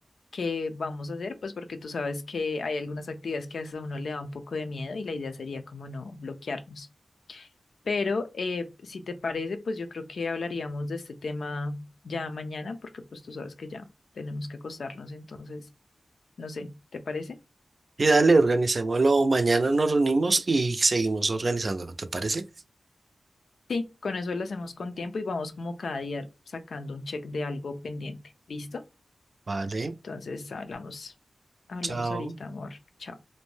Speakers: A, on the left; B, on the right.
A: que vamos a hacer, pues porque tú sabes que hay algunas actividades que hasta a uno le da un poco de miedo y la idea sería como no bloquearnos. Pero eh, si te parece, pues yo creo que hablaríamos de este tema ya mañana, porque pues tú sabes que ya tenemos que acostarnos, entonces, no sé, ¿te parece?
B: Y dale, organicémoslo. Mañana nos reunimos y seguimos organizándolo, ¿te parece?
A: Sí, con eso lo hacemos con tiempo y vamos como cada día sacando un check de algo pendiente, ¿listo?
B: Vale,
A: Entonces hablamos, hablamos
B: chao.
A: ahorita, amor. Chao.